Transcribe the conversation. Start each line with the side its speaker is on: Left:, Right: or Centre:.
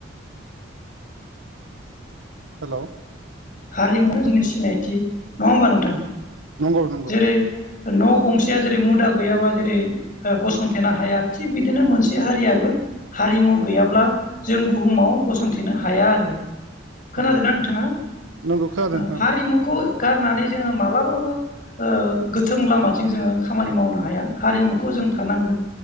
Right: हेल'
Left: हारिमुवानो जोंनि सिनायथि नङा होमबा नोंथां?
Right: नंगौ नंगौ।
Left: जेरै न' गंसेया जेरै मुदा गैयाबा जेरै ओ गसंथेनो हाया थिग बिदिनो मोनसे हारियाबो हारिमु गैयाब्ला जों बुहुमाव गसंथेनो हाया आरो। खोनादोंना
Right: नंगौ नंगौ
Left: नोंथाङा ओ
Right: नंगौ खोनादों खोनादों
Left: हारिमुखौ गारनानै जोङो मालाबाबो ओ गोथों लामाथिं जोङो खामानि मावनो हाया हारिमुखौ जों थानांगोन।